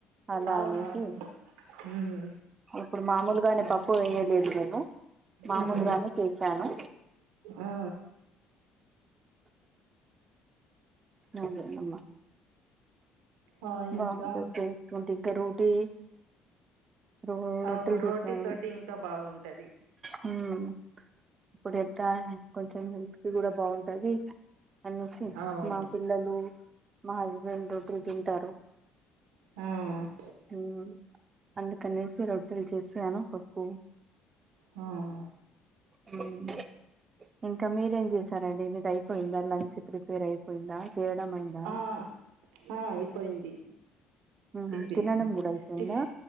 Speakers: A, on the right; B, on the right.
A: అలా
B: అవునవును
A: అనేసి
B: ఉమ్,
A: ఇప్పుడు మామూలుగానే పప్పు పోయిదు ఇందులో మామూలు
B: ఉమ్,
A: గానే చేశాను
B: ఆ
A: అదే అమ్మా
B: ఆ
A: బాగుంటది
B: ఇంకా
A: చూడు ఇక్కడ ఓటి రోటిల్
B: అవు రోటీ
A: చేశాను
B: తోటి ఇంకా బాగుంటది
A: హ్మ్ ఇప్పుడు ఎట్ల కొంచెం హెల్త్ కి కూడ బాగుంటది అనేసి
B: అవును
A: మా పిల్లలు మా హస్బెండ్ రోజు తింటారు
B: హ్మ్
A: హ్మ్ అందుకనేసి రొట్టెలు చేసాను పప్పు
B: హ్మ్
A: హ్మ్ ఇంకా మీరేం చేసారండి మీది అయిపోయిందా లంచ్ ప్రిపేర్ అయిపోయిందా చేయడం అయిందా
B: ఆ, ఆ, అయిపోయింది
A: ఉహు
B: టిఫిన్
A: తినడం కూడా అయిపోయిందా
B: టిప్